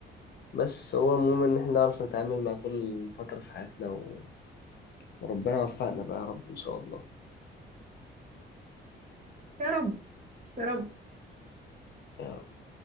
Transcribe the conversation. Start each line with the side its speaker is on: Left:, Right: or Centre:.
Left: بس هو المهم إن إحنا نعرف نتعامل مع كل فترة في حياتنا و... وربنا يوفقنا بقى يا رب إن شاء الله
Right: يا رب يا رب
Left: يا رب